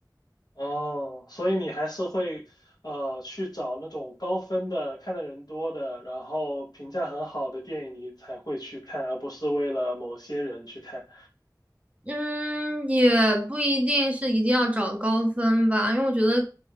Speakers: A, on the left (about 65°); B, on the right (about 20°).
A: 哦，所以你还是会呃去找那种高分的、看的人多的，然后评价很好的电影，你才会去看，而不是为了某些人去看。
B: 嗯，也不一定是一定要找高分吧，因为我觉得